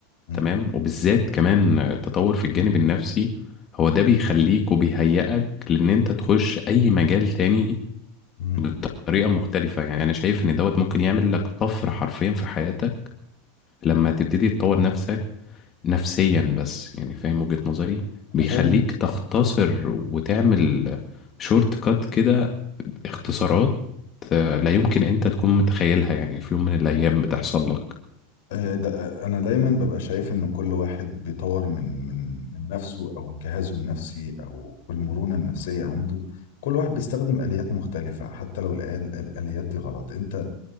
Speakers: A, on the left (about 70°); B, on the left (about 40°).
A: مم.
B: تمام وبالذات كمان آه، التطور في الجانب النفسي هو ده بيخليك وبيهيئك لان انت تخش اي مجال تاني
A: مم.
B: بطريقة مختلفة يعني انا شايف ان دوت ممكن يعمل لك طفرة حرفيا في حياتك لما تبتدي تطور نفسك نفسيا بس يعني فاهم وجهة نظري
A: أنا
B: بيخليك
A: فاهم
B: تختصر وتعمل شورت كات كده اختصارات آه، لا يمكن انت تكون متخيلها يعني في يوم من الايام بتحصل لك
A: آه، دا- آه، أنا دايما ببقى شايف إن كل واحد بيطور من من من نفسه أو جهازه النفسي أو المرونة النفسية عنده كل واحد بيستخدم آليات مختلفة حتى لو الآل- الآليات دي غلط أنت